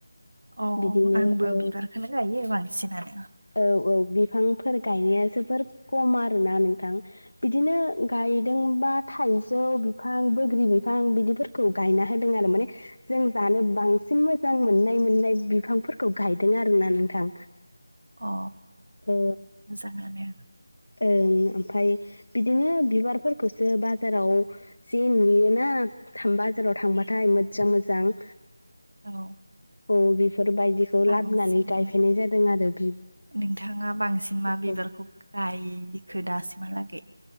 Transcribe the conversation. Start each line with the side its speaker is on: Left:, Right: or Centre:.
Right: अ
Left: बिदिनो
Right: आंबो
Left: औ
Right: बिबारखौनो गायो बांसिनानो
Left: औ औ बिफांफोर गायनाया जोबोर खम आरोना नोंथां। बिदिनो गायदोंबा थाइजौ बिफां बोग्रि बिफां बिदिफोर खौ गायना होदों आरो माने जों जानो बांसिन मोजां मोननाय मोननाय बिफांफोरखौ गायदों आरोना नोंथां।
Right: अ
Left: औ
Right: मोजाङानो
Left: ओं ओमफ्राय बिदिनो बिबारफोरखौसो बाजाराव जे नुयोना बाजाराव थांबाथाय मोजां मोजां
Right: औ
Left: औ बेफोरबायदिखौ
Right: बांसिन
Left: लाबोनानै गायफैनाय जादों आरो
Right: नोंथाङा बांसिन मा बिबारखौ
Left: औ
Right: गायखो दासिमहालागै